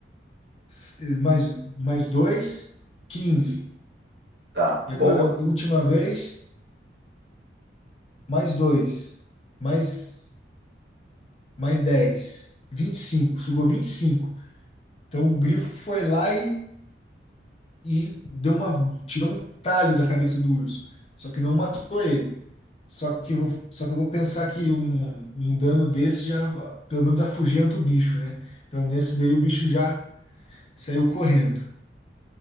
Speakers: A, on the left (about 35°); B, on the right (about 60°).
A: s- eh, mais, mais dois, quinze
B: Uhum. Tá,
A: E
B: boa.
A: agora, última vez, mais dois, mais, mais dez, 25, sugou vinte e cinco Então o grifo foi lá e, e deu uma, tirou um talho da cabeça do urso. Só que não matou ele. Só que eu vou, só que eu vou pensar que um, um dano desse já, pelo menos, afugenta o bicho, né? Então nesse daí o bicho já saiu correndo.